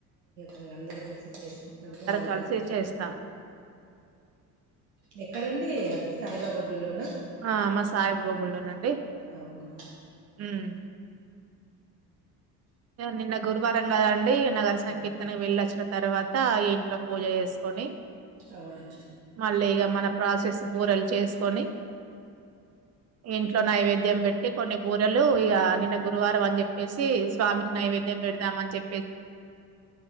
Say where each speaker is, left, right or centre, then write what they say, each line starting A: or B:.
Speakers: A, on the right (about 70°); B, on the right (about 30°).
A: అంగ అందరు కలిసి చేసుకుంటారు బావుంటది
B: కలిసి చేస్తాం
A: ఎక్కడండి అంటే సాయిబాబా గుళ్ళోనా
B: ఆ మా సాయిబాబా గుళ్ళోనండి
A: అవునా
B: ఉమ్ నిన్న గురువారం కదండి నగర సంకీర్తన
A: అవును
B: వెళ్ళి వచ్చిన తర్వాత ఇంట్లో పూజ చేస్ కొని
A: అవును
B: మళ్ళీ ఇగ మన ప్రాసెస్ బూరెలు చేస్కొని ఇంట్లో నైవేద్యం పెట్టి కొన్ని బూరెలు ఇగ నిన్న గురువారం అని చెప్పేసి స్వామికి నైవేద్యం పెడదామని చెప్పి